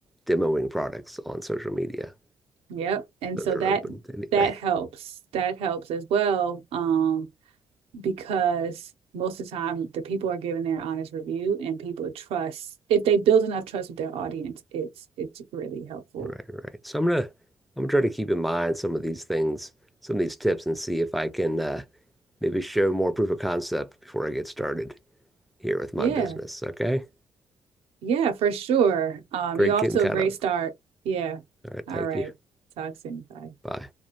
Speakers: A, in the centre; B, on the right.
A: demoing products on social media,
B: yep. And
A: so
B: so
A: they're
B: that
A: open to anything.
B: that
A: <laughs>
B: helps. That helps as well. Um, because most of the time the people are giving their honest review and people trust if they build enough trust with their audience, it's it's really helpful.
A: Right, right. So I'm gonna I'm gonna try to keep in mind some of these things, some of these tips and see if I can uh maybe show more proof of concept before I get started here with my
B: Yeah.
A: business. Okay?
B: Yeah, for sure. Um,
A: Great
B: you're off
A: getting
B: to
A: caught
B: a great
A: up.
B: start. Yeah.
A: All right,
B: All
A: thank
B: right.
A: you.
B: Talk soon. Bye.
A: Bye.